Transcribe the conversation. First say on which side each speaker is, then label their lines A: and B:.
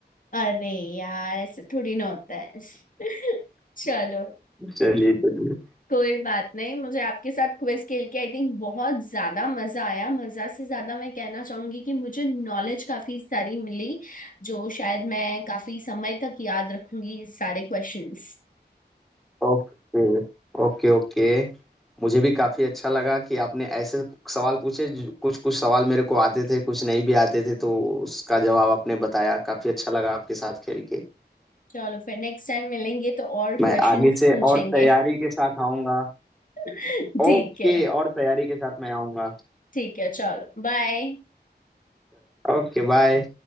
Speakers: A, on the left; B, in the centre.
A: अरे यार ऐसे थोड़ी ना होता है <laughs> चलो
B: चलिए चलिए
A: कोई बात नहीं मुझे आपके साथ क्विज खेल के आई थिंक बहुत ज्यादा मजा आया मजा से ज्यादा मैं कहना चाहूंगी कि मुझे नॉलेज काफी सारी मिली जो शायद मैं काफी समय तक याद रखूंगी सारे क्वेश्चंस
B: Okay okay okay मुझे भी काफी अच्छा लगा कि आपने ऐसे सवाल पूछे जो- कुछ कुछ सवाल मेरे को आते थे कुछ नहीं भी आते थे तो उसका जवाब आपने बताया काफी अच्छा लगा आपके साथ खेल के
A: चलो फिर नेक्स्ट टाइम मिलेंगे तो और क्वेश्चंस
B: मैं आगे से
A: पूछेंगे
B: और तैयारी के साथ आऊंगा
A: <laughs>
B: ओके
A: ठीक है
B: और तैयारी के साथ मैं आऊंगा
A: ठीक है चलो बाय
B: Okay bye